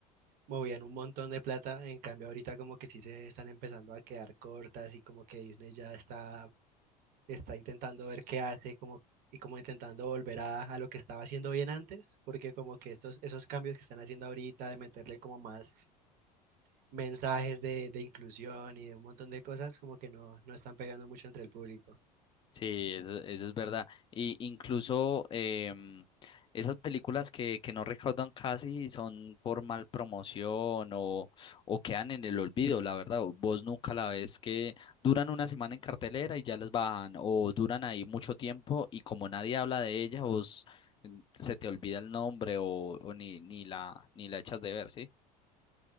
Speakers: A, on the right; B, on the left.
A: movían un montón de plata, en cambio ahorita como que sí se están empezando a quedar cortas y como que Disney ya está, está intentando ver qué hace como, y como intentando volver a, a lo que estaba haciendo bien antes, porque como que estos, esos cambios que están haciendo ahorita de meterle como más mensajes de, de inclusión y de un montón de cosas como que no, no están pegando mucho entre el público.
B: Sí, eso, eso es verdad. Y incluso em, esas películas que, que no recaudan casi son por mal promoción o, o quedan en el olvido, la verdad. o Vos nunca la ves que duran una semana en cartelera y ya las bajan, o duran ahí mucho tiempo y como nadie habla de ellas, vos mm, se te olvida el nombre o, o ni, ni la, ni la echas de ver, ¿sí?